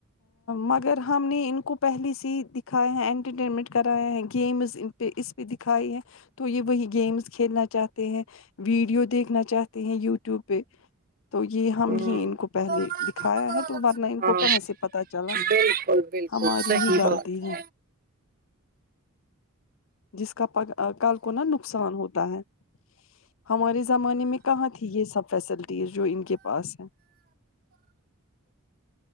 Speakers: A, on the left; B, on the right.
A: مگر ہم نے ان کو پہلے سے ہی دکھایا ہیں انٹرٹینمنٹ کرایا ہے گیمز پہ اس پہ دکھائی ہے تو یہ وہی گیمس کھیلنا چاہتے ہیں ویڈیو دیکھنا چاہتے ہیں یوٹیوب پہ تو یہ ہم
B: ہمم
A: ہی ان کو پہلے
B: ہاں
A: دکھایا ہے تو ورنہ ان
B: ہاں
A: کو کہاں سے پتا چلا
B: بالکل بالکل
A: ہماری
B: صحیح
A: ہی غلطی
B: بات
A: ہے جس کا کل کو نا نقصان ہوتا ہے ہمارے زمانے میں کہاں تھی یہ سب فیسلٹیز جو ان کے پاس ہیں